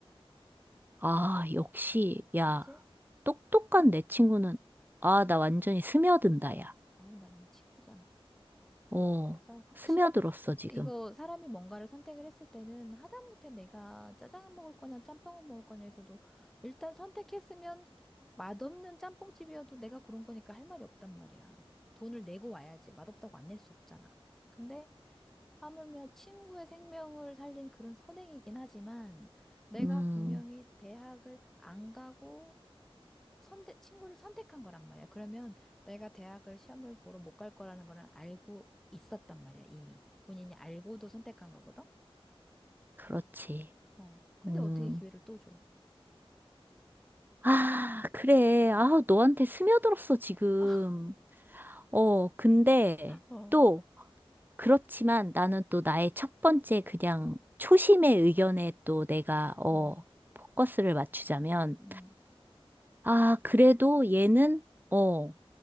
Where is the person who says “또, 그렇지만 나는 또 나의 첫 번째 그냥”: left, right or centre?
Right